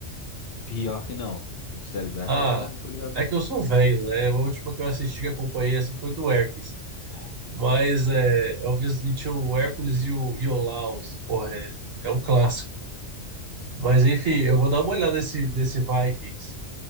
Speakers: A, on the left (about 60°); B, on the right (about 55°).
A: Pior que não. O do série do Hércules,
B: Ah,
A: não tô ligado
B: é
A: não.
B: que eu sou velho, né? A última que eu assisti que acompanhei assim foi do Hércules. Mas é, eu visitei o Hércules e o, e o Porra, é, é um clássico. Mas enfim, eu vou dar uma olhada nesse, nesse Vikings.